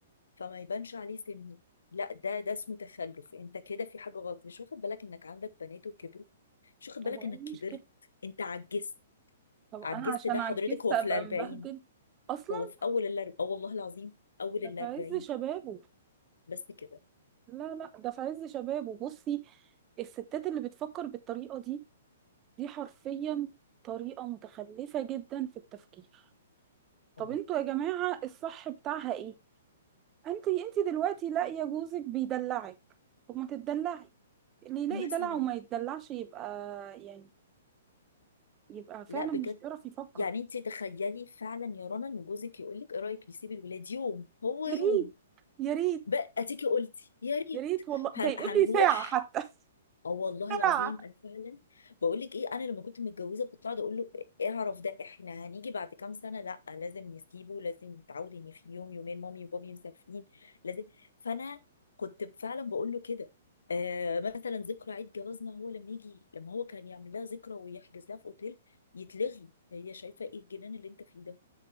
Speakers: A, on the left; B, on the right.
A: فما يبانش عليه سنه لا ده ده اسمه تخلف انت كده في حاجه غلط مش واخد بالك انك عندك بنات وكبروا مش واخد
B: طب
A: بالك
B: وايه
A: انك
B: المشكلة
A: كبرت انت عجزت
B: طب
A: عجزت
B: انا عشان
A: ده
B: عجزت
A: حضرتك هو
B: ابقى
A: في الاربعين
B: مبهدل اصلا
A: هو في اول الاربعين اه والله العظيم اول
B: ده
A: الاربعين
B: في عز شبابه
A: بس كده
B: لا لا ده في عز شبابه بصي الستات اللي بتفكر بالطريقه دي دي حرفيا طريقه متخلفه جدا في التفكير
A: اه
B: طب انتوا يا جماعه الصح بتاعها ايه انت انت دلوقتي لاقيه جوزك بيدلعك طب ما تتدلعي اللي يلاقي
A: مثلا
B: دلع وما يتدلعش يبقى يعني يبقى فعلا
A: لا بجد
B: مش بيعرف يفكر
A: يعني انت تخيلي فعلا يا رنا ان جوزك يقول لك ايه رايك نسيب الولاد يوم هو
B: يا
A: يوم
B: ريت يا ريت
A: بقى تيجي قلتي يا ريت
B: يا ريت والله
A: هن...
B: ده يقول
A: هنروح
B: لي ساعه حتى
A: اه والله
B: <laughs>
A: العظيم
B: ساعه
A: انا فعلا بقول لك ايه انا لما كنت متجوزه كنت قاعده اقول له اعرف ده احنا هنيجي بعد كام سنه لا لازم نسيبه لازم نتعود ان في يوم يومين مامي وبابي مسافرين لازم فانا كنت فعلا بقول له كده آه مثلا ذكرى عيد جوازنا هو لما يجي لما هو كان يعمل لها ذكرى ويحجز لها في اوتيل يتلغي هي شايفه ايه الجنان اللي انت فيه ده